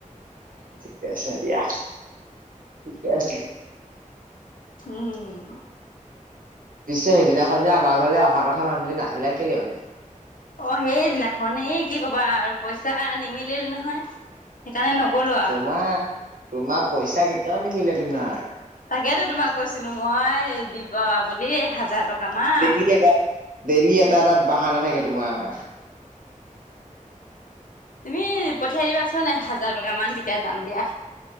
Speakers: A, on the right (about 85°); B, on the left (about 80°).
A: ঠিকে আছে দিয়া, ঠিকে আছে।
B: উম।
A: পিছে সেইদিনাখন যে আমাৰ ঘৰলৈ অহা কথা মানুহজনী নাহিলা কেলে মানে?
B: অ সেইদিনাখন, এই কি কবা আৰু পইচা নিমিলিল নহয়। সেইকাৰণে নগ'লো আ
A: তোমাৰ তোমাৰ পইচা কেতিয়াও নিমিলে তোমাৰ।
B: তাকেতো তোমাক কৈছিলো মই দিবা বুলি। হাজাৰ টকা মান
A: ডেইলি এটা ডেইলি এটা এটা বাহানা থাকে তোমাৰ।
B: তুমি পঠিয়াই দিবাচোন একহাজাৰ টকা মান তেতিয়া যাম দিয়া।